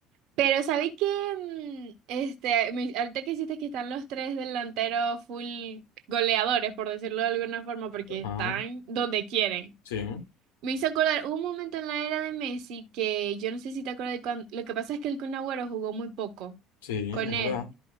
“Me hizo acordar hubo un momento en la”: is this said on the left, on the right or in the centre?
Right